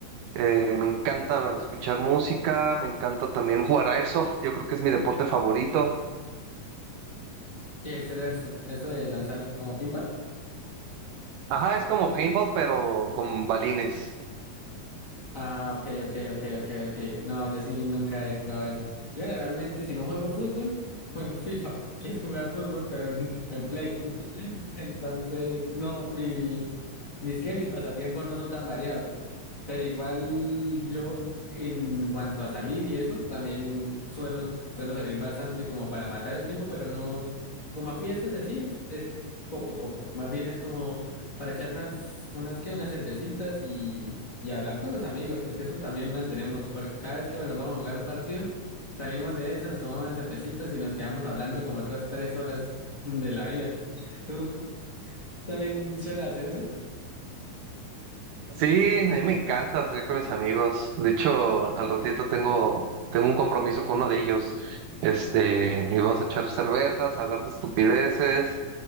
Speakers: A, on the right; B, on the left.
A: Eh, me encanta escuchar música, me encanta también jugar airsoft, yo creo que es mi deporte favorito.
B: ¿Qué es el airsoft? ¿Eso de lanzar como pinball?
A: Ajá, es como paintball, pero con balines.
B: Ah, ok, ok, ok, ok, ok. No, yo sí nunca he jugado eso. Yo generalmente, si no juego fútbol, <laughs> juego FIFA, que es jugar fútbol, pero en, en Play. <laughs> Entonces, no, mi, mis que mis pasatiempos no son tan variados. Pero igual yo, en cuanto a salir y eso, también suelo, suelo salir bastante como para matar el tiempo, pero no, como a fiestas y así, es poco, poco. Más bien es como para echar unas, unas, ¿qué? Unas cervecitas y, y hablar con los amigos, porque eso también mantenemos. por- cada vez que, bueno, vamos a jugar un partido, salimos de eso, nos tomamos unas cervecitas y nos quedamos hablando como otras tres horas de la vida. ¿Tú también sueles hacer eso?
A: Sí, a mí me encanta salir con mis amigos. De hecho, al ratito tengo, tengo un compromiso con uno de ellos. Este, y vamos a echar cervezas, hablar de estupideces.